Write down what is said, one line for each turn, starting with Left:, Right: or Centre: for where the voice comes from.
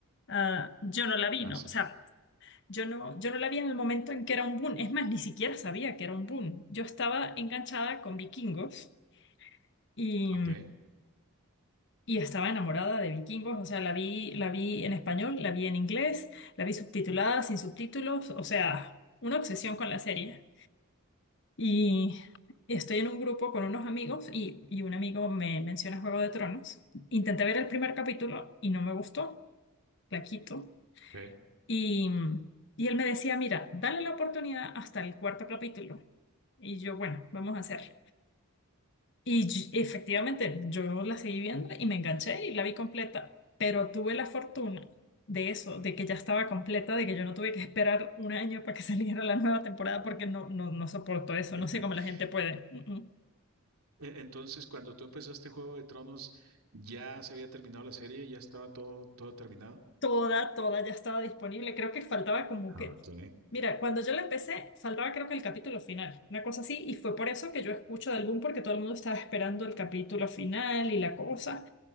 Left: ah, yo no la vi,
Right: Ah,
Left: ¿no?
Right: sí.
Left: O sea, Yo no, yo no la vi en el momento en que era un boom. Es más, ni siquiera sabía que era un boom. Yo estaba enganchada con Vikingos y,
Right: Ok,
Left: y estaba enamorada de Vikingos. O sea, la vi, la vi en español, la vi en inglés, la vi subtitulada, sin subtítulos. O sea, una obsesión con la serie. Y estoy en un grupo con unos amigos y, y un amigo me menciona Juego de Tronos. Intenté ver el primer capítulo y no me gustó. La quito.
Right: ok.
Left: Y, y él me decía, mira, dale la oportunidad hasta el cuarto capítulo. Y yo, bueno, vamos a hacerlo. Y yo- efectivamente, yo la seguí viendo y me enganché y la vi completa, pero tuve la fortuna de eso, de que ya estaba completa, de que yo no tuve que esperar un año para que <laughs> saliera la nueva temporada porque no, no, no soporto eso,
Right: <laughs>
Left: no sé cómo la gente puede. Mm, mm.
Right: E- Entonces, cuando tú empezaste Juego de Tronos, ¿ya se había terminado la serie? ¿Ya estaba todo, todo terminado?
Left: Toda, toda ya estaba disponible, creo que faltaba como
Right: Ah,
Left: que...
Right: ok,
Left: Mira, cuando yo la empecé, faltaba creo que el capítulo final, una cosa así, y fue por eso que yo escucho de algún porque todo el mundo estaba esperando el capítulo final y la cosa.